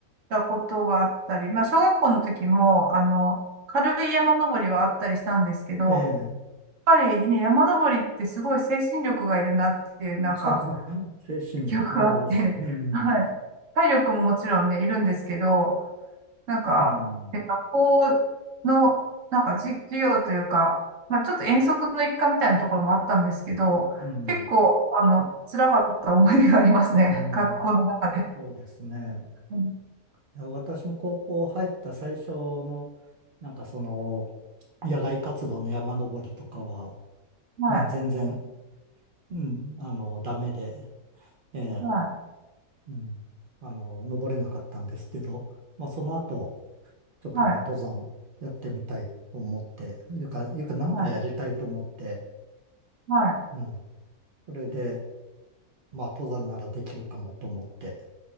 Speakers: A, on the right (about 60°); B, on the right (about 80°).
A: たことがあったり、まあ、小学校の時も、あの、軽い山登りはあったりしたんですけど、
B: ええ
A: やっぱりね、山登りってすごい精神力がいるなっていう、なんか、
B: <laughs> 精神力、
A: 記憶があって、
B: ああ、そうん、
A: <laughs> はい。体力ももちろんね、いるんですけど、なんか、
B: うん、
A: で学校の、なんかじ授業というか、まあちょっと遠足の一環みたいなところもあったんですけど、
B: うん、
A: 結構、あの、辛かった思いがありますね。
B: うん、
A: <laughs> 学校の中で。
B: そうですね。
A: うん、
B: いや私も高校入った最初の、なんかその、野外活動の山登りとかは、
A: はい、
B: ね、全然、うん、あの、ダメで、ええ、
A: はい、
B: うん、あの、登れなかったんですけど、まあ、その後、ちょっともう登山やってみたいと思って、
A: はい、
B: いうか、いうか、なんかやりたいと思って、
A: はい、はい、
B: うん、それで、まあ、登山ならできるかもと思って、